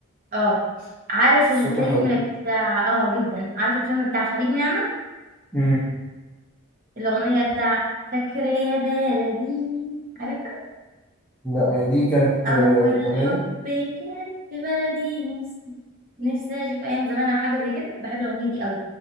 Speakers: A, on the right (about 40°); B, in the centre.
A: اه عارف الفيلم
B: صوته حلو
A: بتاع اه جدا عارف الفيلم بتاع خليج نعمة
B: امم
A: الاغنيه بتاع فاكرة يا بلدي عارفها
B: لا هي دي كانت
A: اول
B: آه، الاغنيه
A: حب
B: دي
A: كان في بلدي نفسي نفسي اشوف ايام زمان او حاجه زي كده بحب الاغنيه دي قوي